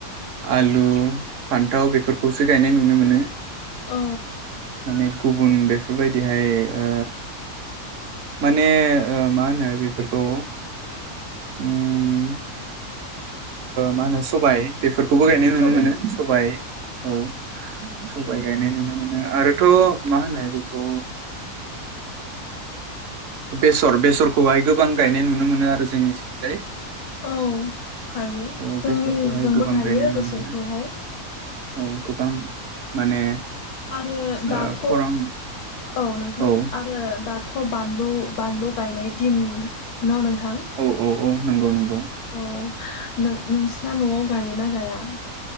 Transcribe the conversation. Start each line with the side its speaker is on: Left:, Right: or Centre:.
Right: आलु, फान्थाव बेफोरखौसो गायनाय नुनो मोनो
Left: औ
Right: माने गुबुन बेफोरबायदिहाय ओ माने मा होनो बेफोरखौ उम मा होनो सो-सबाय बे खौबो गायनाय नुनो
Left: सबाय
Right: मोनो सबा औ सबाय गायनाय नुनो मोनो आरोथ' मा होनो बेखौ बेसर बेसरखौहाय गोबां गायनाय नुनो मोनो आरो जोंनिथिंजाय
Left: औ गायो
Right: औ
Left: जोंनिजोंबो
Right: बेसरखौहाय गोबां
Left: गायो
Right: गायनाय नुनो
Left: बेसरखौहाय
Right: मोनो औ गोबां माने
Left: आरो दाथ'
Right: ओ खरां
Left: औ नोंथां
Right: औ
Left: आरो दा थ' बानलु बानलु गायनाय दिन ना नों थां
Right: औ औ औ नंगौ नंगौ
Left: औ नों नोंस्रा न'आव गायोना गाया आं